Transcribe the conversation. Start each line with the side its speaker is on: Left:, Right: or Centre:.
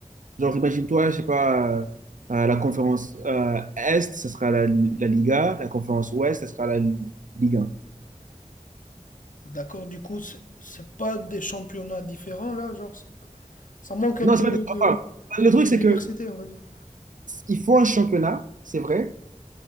Right: Genre, imagine-toi, je sais pas, euh, euh, la conférence euh, Est, ce sera la, la Liga. La conférence Ouest, ce sera la Ligue 1.
Left: d'accord. Du coup, c'est c'est pas des championnats différents là, genre, c'est- ça manque un
Right: Non,
Left: peu
Right: c'est pas décevant.
Left: de,
Right: Le truc,
Left: de
Right: c'est
Left: diversité,
Right: que
Left: on va dire.
Right: il faut un championnat, c'est vrai,